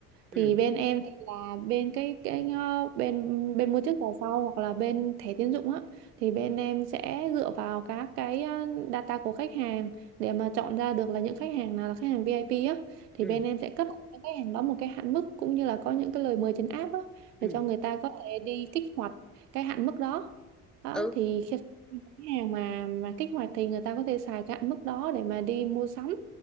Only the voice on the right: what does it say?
thì bên em thì là bên cái cái ờ, bên bên mua trước vào sau hoặc là bên thẻ tín dụng á thì bên em sẽ dựa vào các cái ờ, data của khách hàng để mà chọn ra được là những khách hàng nào là khách hàng VIP á thì
bên em sẽ cấp cho những khách hàng đó một cái hạn mức cũng như là có những cái lời mời trên app á để
cho người ta có thể đi kích hoạt cái hạn mức đó đó
thì khi cái hàng mà mà kích hoạt thì người ta có thể xài cái hạn mức đó để mà đi mua sắm